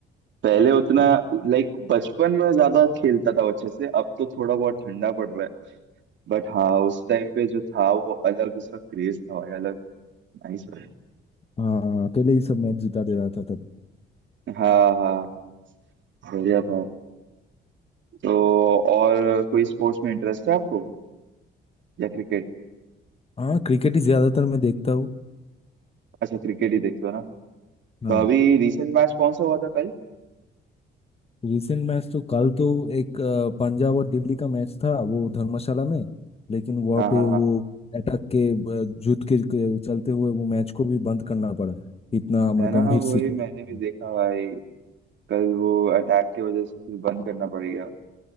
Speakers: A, on the right (about 65°); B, on the left (about 30°).
A: पहले उतना
B: हाँ
A: लाइक बचपन में ज्यादा खेलता था वो अच्छे से अब तो थोड़ा बहुत ठंडा पड़ रहा है बट हाँ उस टाइम पे जो था वो अलग उसका क्रेज था भाई अलग नाइस भाई
B: हाँ अकेले ही सब मैच जिता दे रहा था तब
A: हाँ हाँ हाँ, बढ़िया था तो और कोई स्पोर्ट्स में इंटरेस्ट है आपको या क्रिकेट
B: हाँ क्रिकेट ही ज्यादातर मैं देखता हूँ
A: अच्छा क्रिकेट ही देखते हो ना
B: हाँ
A: तो अभी रिसेंट मैच कौन सा हुआ था कल
B: रिसेंट मैच तो कल तो एक अ, पंजाब और दिल्ली का मैच था वो धर्मशाला में लेकिन वहाँ
A: हाँ हाँ
B: पे वो
A: हाँ
B: अटैक के अ, युद्ध के, के चलते हुए वो मैच को भी बंद करना पड़ा इतना मतलब
A: है ना
B: गंभीर
A: वही
B: सिचुएशन
A: मैंने भी देखा भाई कल वो अटैक की वजह से फिर बंद करना पड़ गया